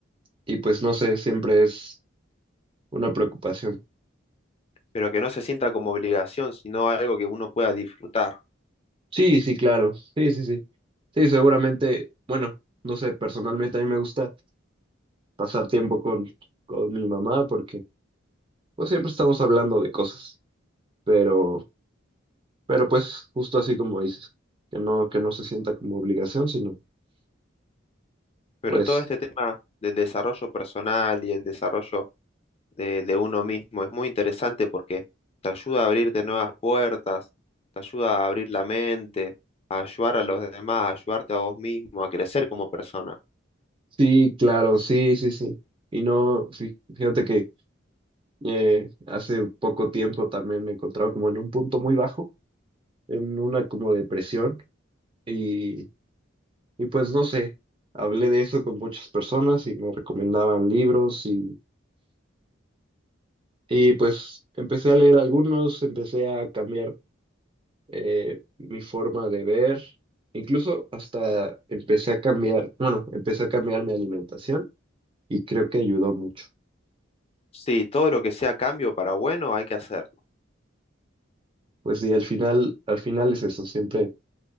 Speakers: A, on the right; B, on the left.
A: y pues no sé, siempre es una preocupación.
B: pero que no se sienta como obligación, sino algo que uno pueda disfrutar.
A: Sí, sí, claro, sí, sí, sí. Sí, seguramente, bueno, no sé, personalmente a mí me gusta pasar tiempo con, con mi mamá porque pues siempre estamos hablando de cosas, pero, pero pues justo así como dices, que no, que no se sienta como obligación, sino
B: Pero
A: pues
B: todo este tema del desarrollo personal y el desarrollo de, de uno mismo es muy interesante porque te ayuda a abrirte nuevas puertas, te ayuda a abrir la mente, a ayudar a los demás, a ayudarte a vos mismo, a crecer como persona.
A: Sí, claro, sí, sí, sí. Y no, sí, fíjate que eh, hace poco tiempo también me encontraba como en un punto muy bajo, en una como depresión, y, y pues no sé, hablé de eso con muchas personas y me recomendaban libros y, y pues empecé a leer algunos, empecé a cambiar eh, mi forma de ver, incluso hasta empecé a cambiar, bueno, empecé a cambiar mi alimentación y creo que ayudó mucho.
B: Sí, todo lo que sea cambio para bueno hay que hacerlo,
A: Pues sí, al final, al final es eso, siempre